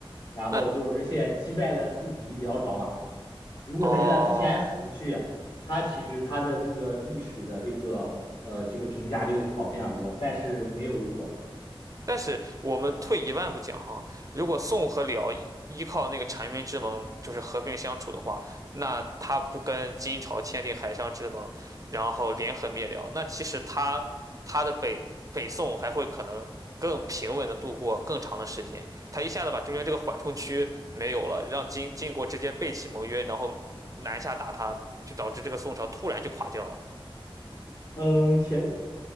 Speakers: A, on the left; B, on the right.
A: 然后就是而且击败了宿敌辽朝嘛。
B: 那
A: 如果在他之前死去，
B: 哦，
A: 他其实他的这个历史的这个呃这个评价就会好非常多，但是没有如果。
B: 但是我们退一万步讲哈，如果宋和辽依依靠那个澶渊之盟就是和平相处的话，那他不跟金朝签订海上之盟，然后联合灭辽，那其实他他的北北宋还会可能更平稳的度过更长的时间。他一下子把中间这个缓冲区没有了，让金金国直接背弃盟约，然后南下打他，就导致这个宋朝突然就垮掉了。
A: 嗯，前